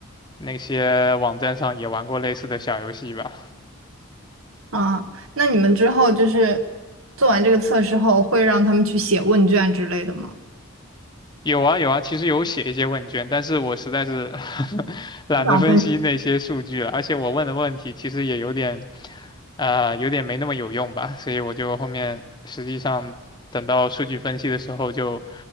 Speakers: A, on the left; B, on the right.
A: 那些网站上也玩过类似的小游戏吧。
B: 啊，那你们之后就是做完这个测试后，会让他们去写问卷之类的吗？
A: 有啊有啊，其实有写一些问卷，但是我实在是 <laughs> 懒得分析那些数据了，
B: 不想分。
A: 而且我问的问题其实也有点，呃，有点没那么有用吧，所以我就后面实际上等到数据分析的时候就，